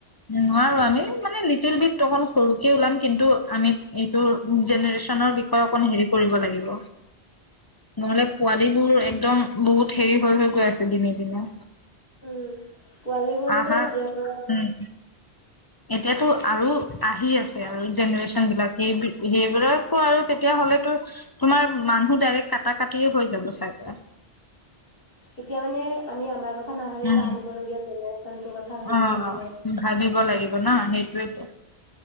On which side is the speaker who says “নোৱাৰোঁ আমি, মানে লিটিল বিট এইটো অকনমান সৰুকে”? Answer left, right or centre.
Left